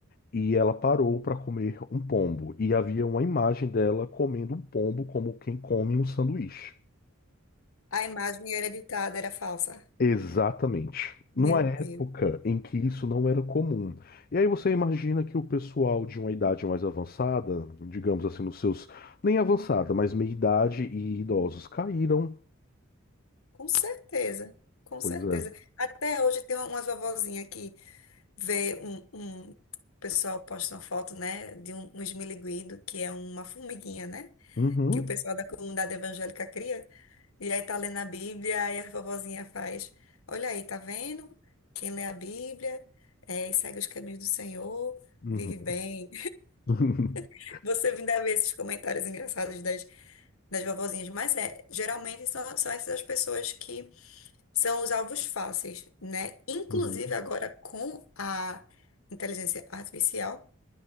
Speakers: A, on the left (about 45°); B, on the left (about 80°).
A: e ela parou para comer um pombo. E havia uma imagem dela comendo um pombo como quem come um sanduíche.
B: a imagem era editada, era falsa.
A: Exatamente. Numa
B: Meu
A: época
B: Deus.
A: em que isso não era comum. E aí você imagina que o pessoal de uma idade mais avançada, digamos assim, nos seus, nem avançada, mas meia-idade e idosos caíram.
B: Com certeza, com
A: Pois
B: certeza.
A: é.
B: Até hoje tem umas vovozinhas que vê um, um o pessoal posta uma foto, né, de um, um esmiliguido, que é uma formiguinha, né,
A: Uhum.
B: que o pessoal da comunidade evangélica cria. E aí tá lendo a Bíblia e a vovozinha faz, olha aí, tá vendo? Quem lê a Bíblia é, e segue os caminhos do Senhor,
A: Uhum.
B: vive bem.
A: <laughs>
B: <laughs> Você ainda vê esses comentários engraçados das, das vovozinhas, mas é, geralmente são, são essas as pessoas que são os alvos fáceis, né? Inclusive
A: Uhum.
B: agora com a inteligência artificial,